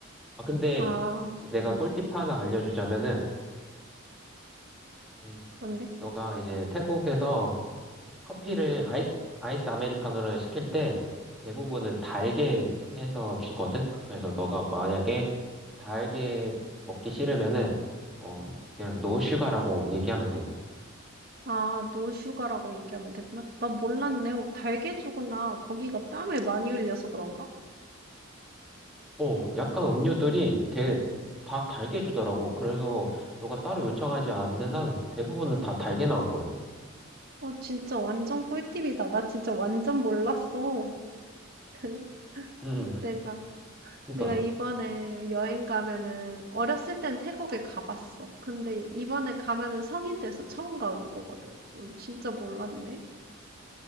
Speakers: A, in the centre; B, on the right.
A: 아, 근데
B: 아,
A: 내가
B: 응.
A: 꿀팁 하나 알려주자면은, 음,
B: 뭔데?
A: 너가 이제 태국에서 커피를 아이스, 아이스 아메리카노를 시킬 때 대부분은 달게 해서 주거든? 그래서 너가 만약에 달게 먹기 싫으면은, 어, 그냥 노 슈가라고 얘기하면 돼.
B: 아, 노슈가라고 얘기하면 됐나? 나 몰랐네. 어, 달개주구나. 거기가 땀을 많이 흘려서 그런가?
A: 어, 약간 음료들이 되게 다 달게 주더라고. 그래서 너가 따로 요청하지 않는 한 대부분은 다 달게 나올 거야.
B: 어, 진짜 완전 꿀팁이다. 나 진짜 완전 몰랐어. <laughs>
A: 음,
B: 내가.
A: 그러니까.
B: 내가 이번에 여행 가면은 어렸을 땐 태국에 가봤어. 근데 이번에 가면은 성인 돼서 처음 가는 거거든. 음, 진짜 몰랐네.